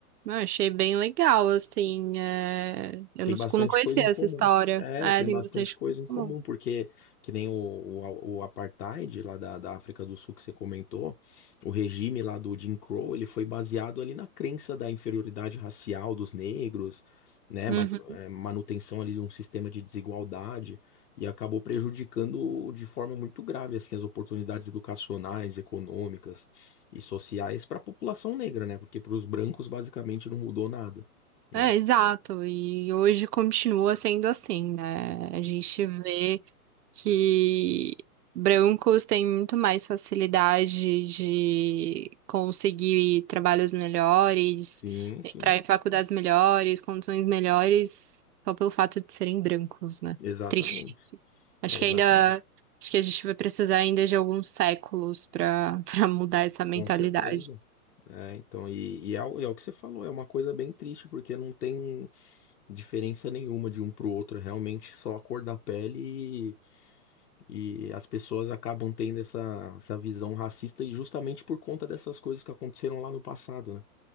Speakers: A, on the right (about 80°); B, on the left (about 75°).
A: Eu achei bem legal, assim. é, Eu
B: Tem
A: não,
B: bastante
A: não conhecia
B: coisa em comum.
A: essa história.
B: É,
A: É,
B: tem
A: tem
B: bastante
A: bastante
B: coisa
A: coisa em
B: em comum,
A: comum.
B: porque que nem o, o, o apartheid lá da, da África do Sul que você comentou, o regime lá do Jim Crow, ele foi baseado ali na crença da inferioridade racial dos negros, né,
A: Uhum.
B: ma- eh, manutenção ali de um sistema de desigualdade, e acabou prejudicando de forma muito grave, assim, as oportunidades educacionais, econômicas e sociais para a população negra, né, porque para os brancos basicamente não mudou nada, né?
A: É, exato. E hoje continua sendo assim, né? A gente vê. que brancos têm muito mais facilidade de conseguir trabalhos melhores,
B: Sim,
A: entrar
B: sim,
A: em faculdades melhores, condições melhores, só pelo fato de serem brancos, né?
B: exatamente,
A: Triste. isso. Acho
B: é
A: que
B: exatamente,
A: ainda, acho que a gente vai precisar ainda de alguns séculos para <laughs> para mudar essa mentalidade.
B: com certeza. É, então, e, e é, o- é o que você falou, é uma coisa bem triste, porque não tem diferença nenhuma de um pro outro, é realmente só a cor da pele e, e as pessoas acabam tendo essa, essa visão racista e justamente por conta dessas coisas que aconteceram lá no passado, né?